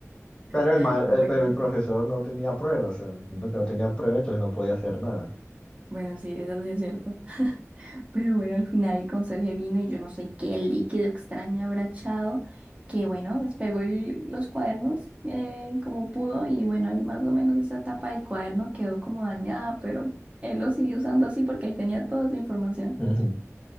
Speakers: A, on the left; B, on the right.
A: Pero
B: <laughs>
A: el, ma- eh,
B: Bueno,
A: pero el profesor
B: sí,
A: no tenía pruebas, o sea, menos que no tenía pruebas, entonces no podía hacer nada.
B: bueno, sí, eso sí es cierto. Pero bueno, al final el conserje vino y yo no sé qué líquido extraño habrá echado, que bueno, despegó el- los cuadernos eh, como pudo y bueno, ahí más o menos esa tapa del cuaderno quedó como dañada, pero él lo siguió usando así porque ahí tenía toda su información.
A: Ujú. <laughs>